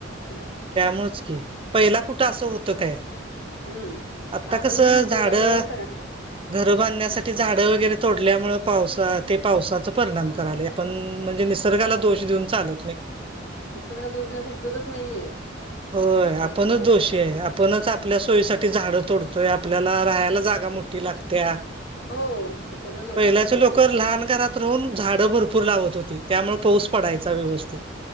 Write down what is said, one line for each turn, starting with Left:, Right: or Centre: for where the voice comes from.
Left: म्हजे
Right: त्यामुळेच कि, पहिला कुठं असं होतं काय?
Left: हम्म
Right: आता
Left: आपण
Right: कसं
Left: जे निसर्गाबरोबर
Right: झाड घर
Left: कर
Right: बांधण्यासाठी झाडं वगैरे तोडल्यामुळे पावसा ते पावसाच परिणाम कराले आपण म्हणजे निसर्गाला दोष देऊन चालत नाही.
Left: निसर्गला दोष देण्याचा उपयोगच नाहीये.
Right: होय
Left: असं
Right: आपणच
Left: आहे हे
Right: दोषी
Left: सगळं
Right: आहे. आपणच आपल्या सोयीसाठी झाडं तोडतोय आपल्याला राहायला जागा मोठी लागते त्या
Left: हो हे सगळं लोकांच
Right: पहिल्याच
Left: यायचे
Right: लोक लहान घरात त राहून झाडं भरपूर लावत होती त्यामुळे पाऊस पडायचा व्यवस्थित.